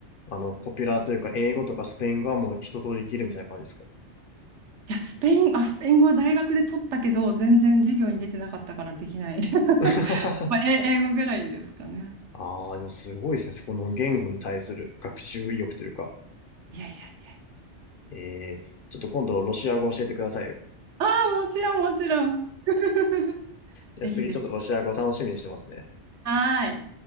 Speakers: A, on the left; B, on the right.
A: あの、ポピュラーというか、英語とかスペイン語はもう一通りできるみたいな感じですか
B: いや、スペイン、あ、スペイン語は大学で取ったけど、全然授業に出てなかったからできない。<laughs>
A: <laughs>
B: まあ、え英語ぐらいですかね。
A: ああ、でもすごいですね。そこの言語に対する学習意欲というか。
B: いやいや。
A: ええちょっと今度ロシア語教えてくださいよ。
B: ああ、もちろん、もちろん。<laughs>
A: じゃあ次ちょっとロシア語楽しみにしてますね。
B: ぜひぜひ。はーい。